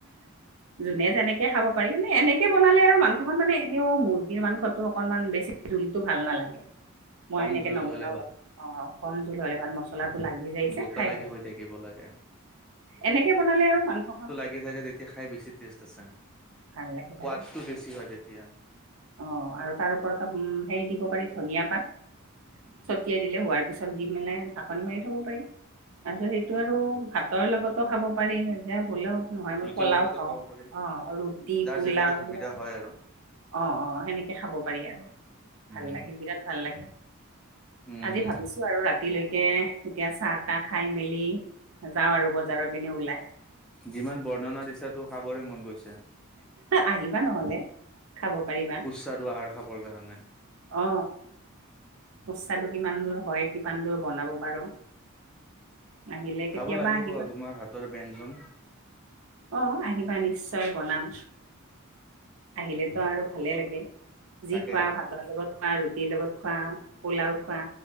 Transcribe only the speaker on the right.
যোনে যেনেকে খাব পাৰি নে এনেকে কে বনালে আৰু মাংসখন মানে এনেও মুৰ্গীৰ মাংসটো অকনমান বেছি জোলটো ভাল নালাগে। মই
সেনেকে
নবনাও
বা, অ কম জোল হলে হল মছলাটো লাগি যায় যে
খাই ভাল
লাগে।
এনেকে বনালে আৰু মাংস খ
ভাল লাগে
ভালে
অ আৰু তাৰ ওপৰত হেৰি দিব পাৰি ধনিয়া পাত ছটিয়াই
দিলে হোৱাৰ তাৰ পিছত দি মেলাই ঢাকনি মাৰি থ'ব পাৰি তাৰপিছত সেইটো আৰু ভাতৰ লগতো খাব পাৰি যেতিয়া হলেও নহয় মই
পোলাও
খাওঁ
অ ৰুটি
পোলাও
এইবিলাক
অ অ সেনেকে খাব পাৰি আৰু
ভাল লাগে বিৰাট ভাল লাগে
আজি
ভাবিছোঁ আৰু ৰাতি ৰাতিলৈকে এতিয়া চাহ তাহ খাই মেলি যাওঁ আৰু বজাৰৰ পিনে ওলাই
আহিবা নহ'লে খাব পাৰিবা
অ সুস্বাদু কিমান দূৰ হয় কিমান দূৰ বনাব পাৰো আহিলে কেতিয়াবা
আহিবা
অ আহিবা নিশ্চয় বনাম আহিলেতো আৰু ভালেই লাগে যি
খোৱা ভাতৰ লগত খোৱা ৰুটিৰ লগত খোৱা পোলাও খোৱা